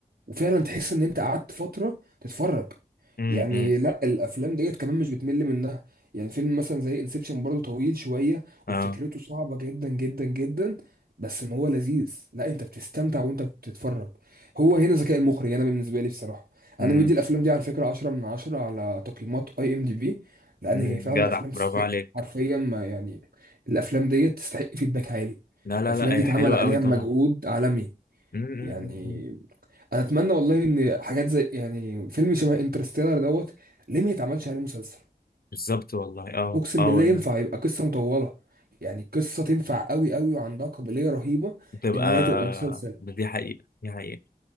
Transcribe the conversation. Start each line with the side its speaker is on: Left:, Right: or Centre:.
Right: وفعلا تحس ان انت قعدت فتره تتفرج
Left: مم،
Right: يعني
Left: مم.
Right: لا الافلام ديت كمان مش بتمل منها يعني فيلم مثلا زي انسبشن برضه طويل شويه
Left: اه
Right: وفكرته صعبه جدا جدا جدا بس ان هو لذيذ لا انت بتستمتع وانت بتتفرج هو هنا ذكاء المخرج انا بالنسبه لي بصراحه
Left: مم،
Right: انا مدي الافلام دي على فكره 10 من 10 على تقييمات اي ام دي بي لان
Left: مم.
Right: هي فعلا
Left: جدع
Right: افلام تستحق
Left: برافو عليك
Right: حرفيا ما يعني الافلام دي تستحق فيدباك عالي
Left: لا لا
Right: الافلام
Left: لا
Right: دي
Left: هي
Right: اتعمل
Left: حلوة
Right: عليها
Left: قوي طبعا
Right: مجهود عالمي
Left: مم، مم،
Right: يعني
Left: مم، مم.
Right: انا اتمنى والله ان حاجات زي يعني فيلم شبه انترستيلر دوت ليه ما يتعملش عليه مسلسل
Left: بالظبط والله اه
Right: اقسم
Left: اه
Right: بالله
Left: والله
Right: ينفع يبقى قصه مطوله يعني قصه تنفع قوي قوي وعندها قابليه رهيبه
Left: بتبقى
Right: ان هي تبقى مسلسل
Left: دي حقيقة دي حقيقة